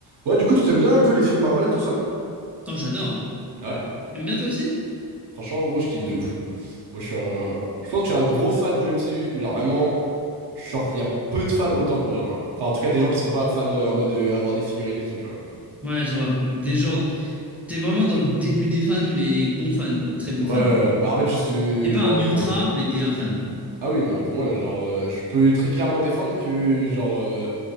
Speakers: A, on the right; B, in the centre.
A: Ouais, du coup, tu t'aimes bien un peu les films Marvel, tout ça?
B: Oh, j'adore.
A: Ouais,
B: T'aimes bien toi aussi?
A: franchement, en gros, je kiffe de ouf. Moi, je suis un. Je pense que je suis un gros fan du MCU, mais genre vraiment, genre, il y a peu de fans autant que moi, genre. Enfin, en tout cas, des gens qui sont pas fans euh, en mode euh, avoir des figurines et tout, tu vois.
B: Ouais, je vois. Des genres...
A: Genre,
B: T'es vraiment dans le début des fans, mais bon fan, quoi. Très bon
A: Ouais,
B: fan.
A: euh, bah en fait, juste, euh,
B: T'es pas
A: genre.
B: un
A: euh,
B: ultra, mais t'es un fan.
A: Ah oui, non, pour moi, genre, euh, je peux très clairement défendre que, genre, euh,